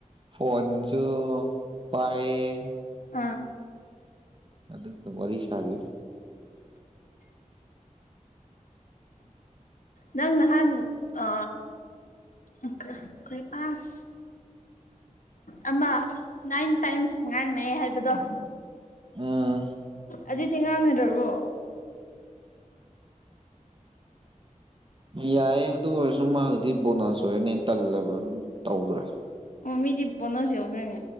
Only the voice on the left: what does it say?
ꯑꯥ
ꯅꯪ ꯅꯍꯥꯟ ꯑ <unintelligible> ꯀꯔꯤ ꯑꯥꯁ ꯑꯃ ꯅꯥꯏꯟ ꯇꯥꯏꯝꯁ ꯉꯥꯡꯅꯩ ꯍꯥꯏꯕꯗꯣ
ꯑꯗꯨꯗꯤ ꯉꯥꯡꯅꯗ꯭ꯔꯕꯣ
ꯑꯣ ꯃꯤꯗꯤ ꯕꯣꯅꯁ ꯌꯧꯈ꯭ꯔꯦꯅꯦ